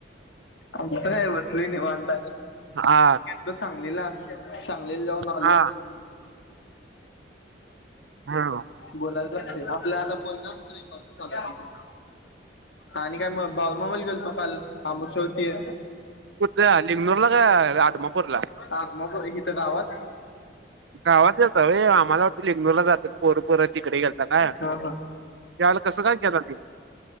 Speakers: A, on the left (about 80°); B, on the right (about 80°).
A: आमचं काय बसलोय निवांत
B: हा
A: त सांगलीला सांगलीला जाऊन आलो.
B: हा ह
A: बोलायला लागते आपला आता बोलणं रेकॉर्डिंग चालुय आणि काय मग बाळूमामा ला गेलतो काल अमावशा होती.
B: कुठ लिंगनूरला का अदमापूरला?
A: आग मग इथं गावात?
B: गावात गेलता होय आम्हाला वाटलं लिंगनुरला जाततत पोरपोर तिकडे गेलता काय त्याला
A: हा
B: कसं काय केला लल